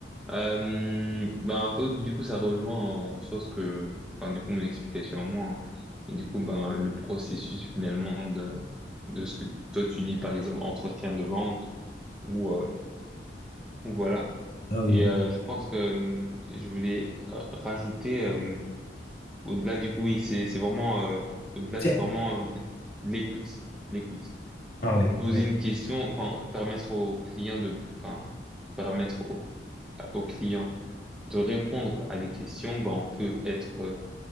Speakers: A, in the centre; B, on the left (about 55°).
A: Euh, ben un peu, du coup, ça rejoint en soi ce que, enfin, du coup, mon explication à moi. hein. Et du coup, ben le processus finalement de de ce que toi tu dis, par exemple, entretien de vente ou euh, ou voilà.
B: Ah oui.
A: Et euh, je pense que euh, je voulais euh, rajouter euh, au-delà du coup, oui, c'est c'est vraiment euh, au-delà,
B: C'est-
A: c'est vraiment le fait l'écoute, l'écoute.
B: Ah oui,
A: Poser
B: oui.
A: une question, enfin permettre au client de, enfin permettre au, au client de répondre à des questions, bah on peut être, euh,